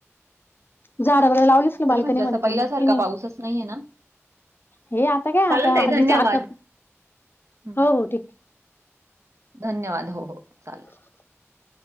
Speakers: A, on the left; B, on the right.
A: झाड वगैरे लावलीस की
B: तरी
A: बाल्कनी
B: म्हणजे
A: मध्ये
B: असा पहिल्यासारखा
A: तुम्ही कि नयी.
B: पाऊसच नाहीये ना.
A: हे आता काय
B: चालेल
A: आता
B: ताई
A: आदीच
B: धन्यवाद.
A: आता
B: हं,
A: हो हो ठीक ये.
B: धन्यवाद हो हो चालेल.
A: <inaudible>